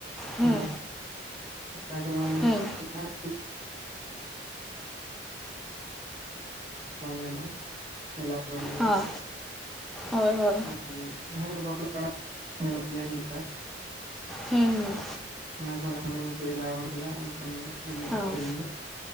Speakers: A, in the centre; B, on the right.
A: ᱦᱩᱸ
B: ᱫᱚ ᱢᱟᱱᱮ
A: ᱦᱩᱸ
B: ᱵᱟᱝ ᱜᱟᱱᱚᱜᱼᱟ ᱮᱞᱟᱣ ᱵᱟᱹᱱᱩᱜ ᱠᱟᱫᱟ
A: ᱦᱚᱸ ᱦᱳᱭ ᱦᱳᱭ
B: ᱟᱨ ᱡᱟᱦᱟᱸ ᱠᱚ ᱨᱮ <unintelligible> ᱧᱮᱞᱚᱜ ᱜᱮᱭᱟ ᱱᱤᱝᱠᱟ
A: ᱦᱩᱸ ᱦᱩᱸ
B: ᱚᱱᱟ ᱠᱚᱨᱮᱜ ᱦᱟᱱᱮ ᱩᱱᱠᱩ ᱮᱞᱟᱣ ᱚᱱᱠᱟᱱ ᱮᱱᱮᱡ
A: ᱦᱩᱸ ᱦᱳᱭ
B: ᱥᱮᱨᱮᱧ